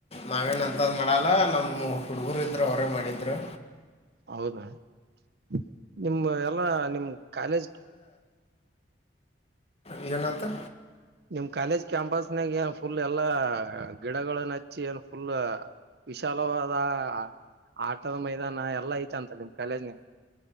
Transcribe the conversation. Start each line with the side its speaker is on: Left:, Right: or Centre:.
Left: ನಾವೇನ್ ಅಂತದ್ ಮಾಡಲ್ಲ ನಮ್ ಹುಡುಗರು ಇದರು ಅವರೇ ಮಾಡಿದರು.
Right: ಹೌದಾ. <inaudible> ನಿಮ ಎಲ್ಲಾ ನಿಮ್ ಕಾಲೇಜ್
Left: <inaudible> ಏನಾತು.
Right: ನಿಮ್ ಕಾಲೇಜ್ ಕ್ಯಾಂಪಸ್ನಾಗ್ ಏನ್ ಫುಲ್ ಎಲ್ಲಾ ಗಿಡಗಳನ್ನ ಹಚ್ಚಿ ಏನ್ ಫುಲ್ <inaudible> ವಿಶಾಲವಾ ಆ <unintelligible> ಆಟದ ಮೈದಾನ ಎಲ್ಲಾ ಐತೆ ಅಂತೆಲ್ಲ ನಿಮ್. ಕಾಲಜನ.